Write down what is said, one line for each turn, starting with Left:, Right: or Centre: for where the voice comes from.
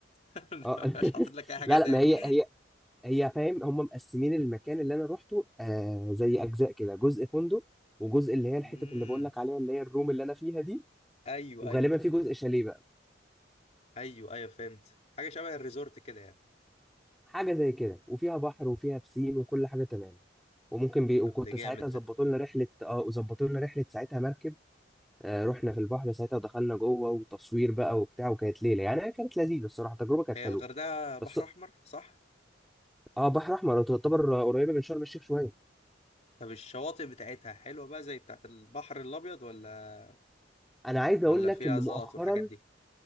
Left: <laughs>
Centre: اه <laughs>
Left: مش حاطط لك اي حاجه
Centre: لا
Left: تاني
Centre: لا ما هي هي هي فاهم هم مقسمين المكان اللي انا روحته آه زي اجزاء كده جزء فندق وجزء اللي هي
Left: امم
Centre: الحته اللي بقول لك عليها اللي هي الروم اللي انا فيها دي
Left: ايوه
Centre: وغالبا
Left: ايوه
Centre: في جزء شاليه بقى
Left: ايوه ايوه فهمت حاجه شبه الريزورت كده يعني
Centre: حاجه زي كده وفيها بحر وفيها بسين وكل حاجه تمام وممكن بي... وكنت
Left: طب ده جامد
Centre: ساعتها
Left: ده
Centre: ظبطوا لنا رحله اه وظبطوا لنا رحله ساعتها مركب آه رحنا في البحر ساعتها ودخلنا جوه وتصوير بقى وبتاع وكانت ليله يعني هي كانت لذيذه الصراحه التجربه كانت
Left: هي
Centre: حلوه
Left: الغردقه بحر
Centre: بس
Left: احمر صح
Centre: اه بحر احمر تعتبر قريبه من شرم الشيخ شويه
Left: طب الشواطئ بتاعتها حلوه بقى زي بتاعت البحر الابيض ولا
Centre: انا عايز اقول
Left: ولا
Centre: لك
Left: فيها
Centre: ان
Left: زلط
Centre: مؤخرا
Left: والحاجات دي